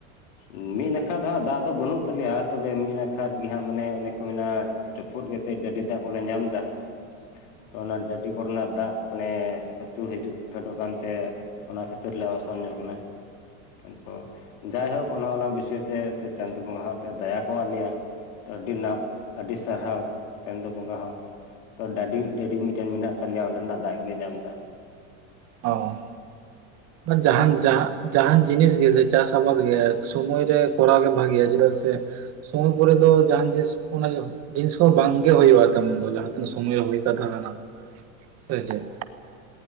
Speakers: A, on the left (about 70°); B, on the right (about 35°).
A: ᱢᱤᱫ ᱱᱟᱠᱷᱟ ᱫᱚᱦᱟᱸᱜ ᱫᱟᱜ ᱫᱚ ᱵᱟᱹᱱᱩᱜ ᱛᱟᱞᱮᱭᱟ ᱛᱚᱵᱮ ᱢᱤᱫ ᱱᱟᱠᱷᱟ ᱛᱮᱜᱮ ᱦᱟᱸᱜ ᱢᱟᱱᱮ ᱚᱱᱮ ᱠᱚ ᱢᱮᱱᱟ ᱡᱟᱹᱯᱩᱫ ᱠᱟᱛᱮᱜ ᱰᱟᱹᱰᱤ ᱫᱟᱜ ᱠᱚᱞᱮ ᱧᱟᱢ ᱮᱫᱟ ᱛᱚ ᱚᱱᱟ ᱰᱟᱹᱰᱤ ᱠᱚᱨᱮᱱᱟᱜ ᱫᱟᱜ ᱢᱟᱱᱮ ᱟᱹᱛᱩ ᱦᱤᱡᱩᱜ ᱯᱷᱮᱰᱚᱜ ᱠᱟᱱ ᱛᱮ ᱚᱱᱟ ᱠᱷᱟᱹᱛᱤᱨ ᱞᱮ ᱚᱥᱟᱱ ᱧᱚᱜ ᱠᱟᱱᱟ᱾ ᱟᱫᱚ ᱡᱟᱭᱦᱳᱠ ᱚᱱᱟ ᱚᱱᱟ ᱵᱤᱥᱚᱭ ᱮᱱᱛᱮ ᱪᱟᱸᱫ ᱵᱚᱸᱜᱟ ᱦᱚᱸ ᱮᱱᱛᱮ ᱫᱟᱭᱟ ᱠᱟᱣᱟ ᱞᱮᱭᱟ ᱛᱚ ᱟᱹᱰᱤ ᱱᱟᱜ ᱟᱹᱰᱤ ᱥᱤᱫ ᱥᱟᱨᱦᱟᱣ ᱪᱟᱸᱫᱚ ᱵᱚᱸᱜᱟ ᱦᱚᱸ ᱛᱚ ᱰᱟᱹᱰᱤ ᱰᱟᱹᱰᱤ ᱢᱤᱫᱴᱮᱱ ᱢᱮᱱᱟᱜ ᱛᱟᱞᱮᱭᱟ ᱚᱸᱰᱮᱱᱟᱜ ᱫᱟᱜ ᱜᱮᱞᱮ ᱧᱟᱢ ᱮᱫᱟ
B: ᱚᱧ ᱡᱟᱦᱟᱱ
A: ᱟᱨ
B: ᱡᱟᱦᱟᱱ ᱡᱤᱱᱤᱥ ᱜᱮᱥᱮ ᱪᱟᱥ ᱟᱵᱟᱫ ᱜᱮ ᱥᱚᱢᱚᱭ ᱨᱮ ᱠᱚᱨᱟᱣ ᱜᱮ ᱵᱷᱟᱜᱮᱭᱟ ᱪᱮᱫᱟᱜ ᱥᱮ ᱥᱚᱢᱚᱭ ᱠᱚᱨᱮ ᱫᱚ ᱡᱟᱦᱟᱱ ᱡᱤᱱᱤᱥ ᱚᱱᱟ ᱡᱤᱱᱤᱥ ᱦᱚᱸ ᱵᱟᱝ ᱜᱮ ᱦᱩᱭᱩᱜᱼᱟ ᱡᱟᱦᱟᱸ ᱛᱤᱱᱟᱹᱜ ᱥᱚᱢᱚᱭ ᱨᱮ ᱦᱳ ᱠᱟᱛᱷᱟ ᱠᱟᱱᱟ᱾ ᱥᱮ ᱪᱮᱫ?